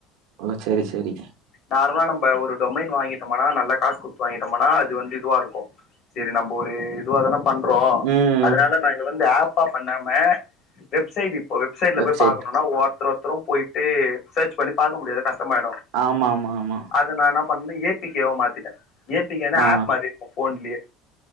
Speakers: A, on the right; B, on the left.
A: ஓ செரி செரி
B: நார்மலா நம்ம ஒரு டொமைன் வாங்கிட்டோம்னா நல்லா காசு கொடுத்து வாங்கிட்டோம்னா அது வந்து இதுவா இருக்கோ சரி நம்ம ஒரு இதுவா தான பண்றோ
A: ம்
B: அதனால நாங்க வந்து ஆப்பா பண்ணாம வெப்சைட் இப் இப்ப வெப்சைட்ல
A: வெப்சைட்
B: போய் பாக்கணும்னா ஒருத்தருதும் போயிட்டு சர்ச் பண்ணி பா்க முடியாது கஷ்கடமாயிடும்
A: ஆமா ஆமா ஆமா
B: அத நான் என்ன பண்ணே ஏ பி கேவா மாத்திட்டேன் ஏ பி கேனா
A: ஆ
B: ஆப் மாதிரி இருக்கூ ஃபோன்லியே